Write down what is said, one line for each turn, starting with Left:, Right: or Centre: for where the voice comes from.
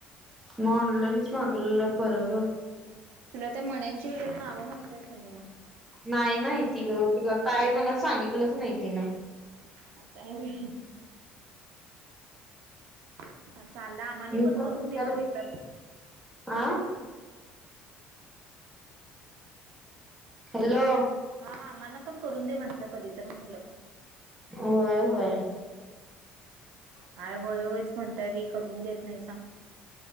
Centre: मग ऑनलाईनच, मागवलेल बरं गं.
Right: तुला त्या मण्यांची वगैरे नावं, माहित आहेत का नाही? मग.
Centre: नाही माहिती ग. तुला काय, मला सांगितलंच नाही तिनं.
Right: आसं आहे व्हय. <inaudible>
Centre: मी पण
Right: करून
Centre: विचार
Right: दे कधी
Centre: <unintelligible>
Right: तर.
Centre: आ. हॅलो.
Right: हा, मला पण करून दे. म्हंटलं, कधी तर म्हंटलं.
Centre: होय-होय.
Right: काय होय-होयच, म्हणताय? मी, करून देत नाहीसां.